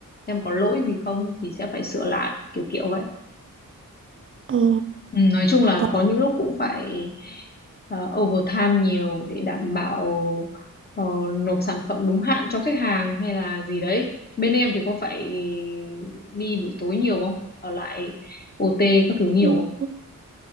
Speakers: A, on the left; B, on the right.
A: xem có lỗi gì không thì sẽ phải sửa lại kiểu kiểu vậy
B: Ồ.
A: Ừ, nói chung là
B: Ồ.
A: có những lúc cũng phải ờ, overtime nhiều để đảm bảo ờ, nộp sản phẩm đúng hạn cho khách hàng hay là gì đấy. Bên em thì có phải đi buổi tối nhiều không? Ở lại OT các thứ nhiều
B: Ừ.
A: không?